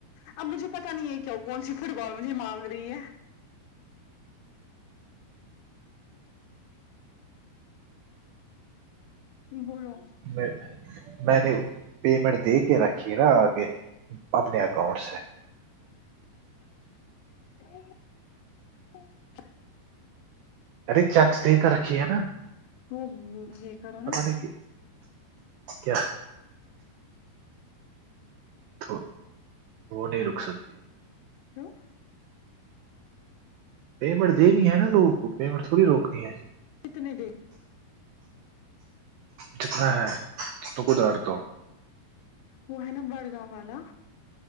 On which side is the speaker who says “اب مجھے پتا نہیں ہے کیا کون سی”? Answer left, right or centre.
Left